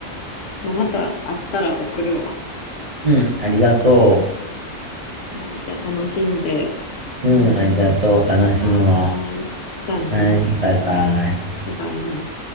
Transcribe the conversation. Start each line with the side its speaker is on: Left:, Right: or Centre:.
Left: まあ、また会ったら送るわ。
Right: うん、ありがと
Left: はい。じゃあ楽しんで。
Right: う。うん、ありがとう。楽しむわ。
Left: はーい。じゃあねー。
Right: はいバイバイ
Left: バイバイ。